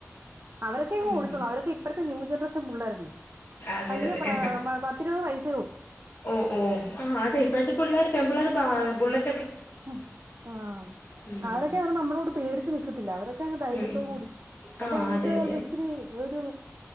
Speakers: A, on the right (about 55°); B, on the left (about 55°).
A: അവരൊക്കെങ്ങ്
B: ഉം
A: ഓടിച്ചോളൂം അവരൊക്കെ ഇപ്പളത്തെ ന്യൂ ജനറേഷൻ പുള്ളേരല്ലേ
B: അതെ
A: വല്ല്യ
B: അതെ
A: പ്രാ പ പത്തിരുപത് വയ്സ്
B: ഓ ഓ ആ അതേയ് ഇപ്പഴത്തെ പിള്ളേർ പെൺ പിള്ളേര് ബാ ബുള്ളറ്റ്
A: ഹും ആഹ്
B: ഉം
A: അവരൊക്കെപറയുമ്പോ നമ്മടെ കൂടെ പേടിച്ച് ച്ച് നിക്കത്തില്ല അവരൊക്കെ അങ്ങ് ധൈര്യത്തോട്
B: ഉം
A: കൂടി എന്റെ
B: ആ
A: അനിയത്ത്
B: അതെ
A: എന്ന്
B: അതെ
A: പറയുമ്പോ ഇച്ചിരി ഒരു